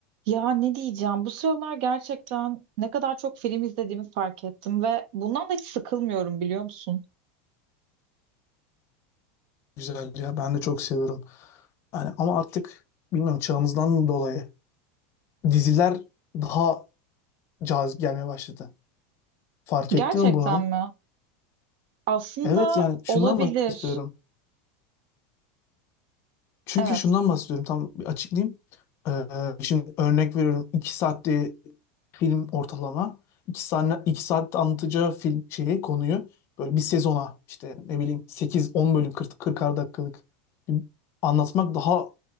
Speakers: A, on the right; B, on the left.
A: Ya ne diyeceğim? Bu sıralar gerçekten ne kadar çok film izlediğimi fark ettim ve bundan da hiç sıkılmıyorum biliyor musun?
B: Güzel ya ben de çok seviyorum. Yani ama artık bilmiyorum çağımızdan dolayı diziler daha cazip gelmeye başladı. Fark
A: Gerçekten
B: ettin mi bunu?
A: mi? Aslında
B: Evet yani şundan
A: olabilir.
B: bahsediyorum. Çünkü
A: Evet.
B: şundan bahsediyorum tam bir açıklayayım. Ee, şimdi örnek veriyorum 2 saatte film ortalama. iki saat, 2 saat anlatacağı film şeyi konuyu böyle bir sezona işte ne bileyim sekiz on bölüm kırk 40'ar dakikalık bir anlatmak daha